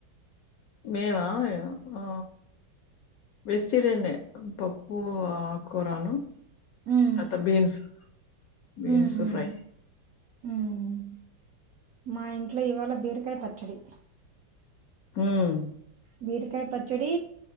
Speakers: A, on the left; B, on the right.
A: మీవా ఆ ఆ వెజిటేరియన్నే పప్పు ఆకుకరాను
B: ఉమ్
A: తర్వాత బీన్సు బీన్స్
B: ఉమ్ ఉమ్
A: ఫ్రై
B: ఉమ్ మా ఇంట్లో ఇవాళ బీరకాయ పచ్చడి
A: ఉమ్
B: బీరకాయ పచ్చడి